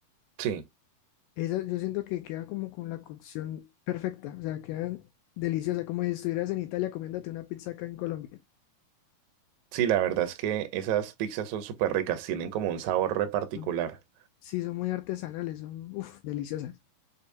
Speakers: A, on the right; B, on the left.
A: Sí,
B: Esa, yo siento que queda como con la cocción perfecta, o sea, quedan deliciosas, como si estuvieras en Italia comiéndote una pizza acá en Colombia.
A: sí, la verdad es que esas pizzas son súper ricas, tienen como un sabor re particular.
B: Son, sí, son muy artesanales, son, uff, deliciosas.